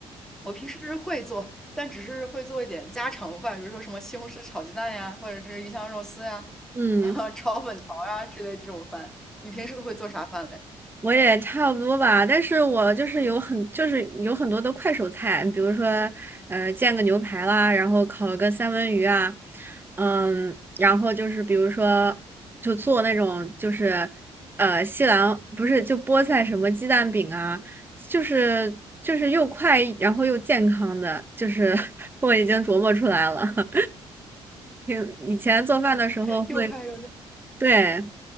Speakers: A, in the centre; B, on the right.
A: 我平时会做，但只是会做一点家常饭，比如说什么西红柿炒鸡蛋呀，或者是鱼香肉丝呀，
B: 嗯，
A: <laughs> 炒粉条呀之类这种饭。你平时都会做啥饭嘞？
B: 我也差不多吧，但是我就是有很就是有很多的快手菜，比如说呃煎个牛排啦，然后烤个三文鱼啊，嗯，然后就是比如说就做那种就是呃西兰不是就菠菜什么鸡蛋饼啊，就是就是又快然后又健康的，就是 <laughs> 我已经琢磨出来了。<laughs> 挺以前做饭的时候会
A: <laughs> 又快又
B: 对。